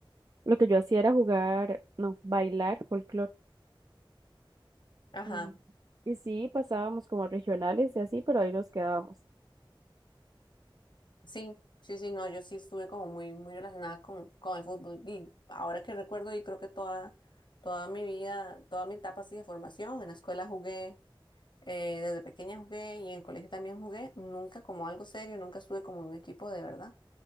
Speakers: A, on the right (about 45°); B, on the left (about 60°).
A: Lo que yo hacía era jugar, no, bailar folclore.
B: Ajá,
A: Mm. Y sí, pasábamos como regionales y así, pero ahí nos quedábamos.
B: sí, sí, sí, no, yo sí estuve como muy, muy relacionada con, con el fútbol y ahora que recuerdo y creo que toda, toda mi vida, toda mi etapa así de formación, en la escuela jugué, eh, desde pequeña jugué y en el colegio también jugué, nunca como algo serio, nunca estuve como en un equipo de verdad.